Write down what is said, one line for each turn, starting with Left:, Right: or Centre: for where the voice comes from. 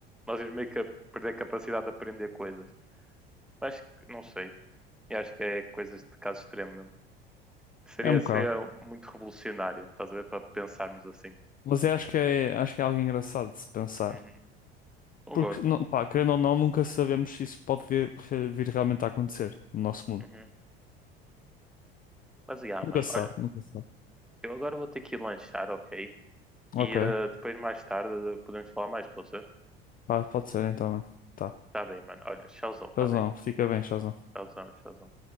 Centre: nós íamos meio que perder a capacidade de aprender coisas. Mas não sei, eu acho que é coisas de caso extremo mesmo. Seria,
Left: É um bocado.
Centre: seria muito revolucionário, estás a ver? Para pensarmos assim.
Left: Mas eu acho que é, acho que é algo engraçado de se pensar.
Centre: Uhum. Concordo.
Left: Porque, não, pá, querendo ou não, nunca sabemos se isso pode vir, re- vir realmente a acontecer no nosso mundo.
Centre: Uhum. Mas, yeah,
Left: Nunca
Centre: mano,
Left: se
Centre: olha,
Left: sabe, nunca se sabe.
Centre: eu agora vou ter que ir lanchar, ok? E
Left: Ok,
Centre: eh, depois, mais tarde, podemos falar mais, pode ser?
Left: pá, pode ser então, mano. Tá.
Centre: Tá bem, mano. Olha, tchauzão, tá
Left: Shazam,
Centre: bem?
Left: fica bem, Shazam.
Centre: Tchauzão, tchauzão.